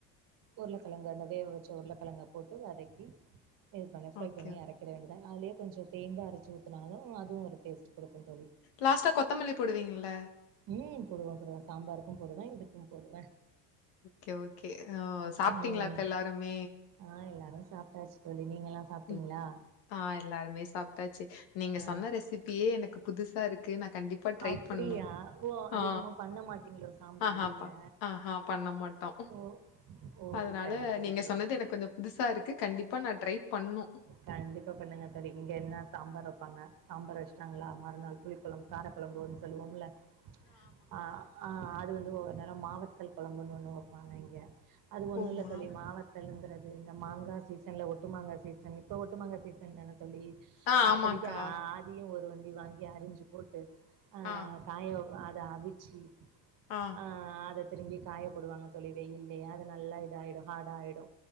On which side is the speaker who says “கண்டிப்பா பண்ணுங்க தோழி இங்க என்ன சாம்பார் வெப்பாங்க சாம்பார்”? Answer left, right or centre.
Right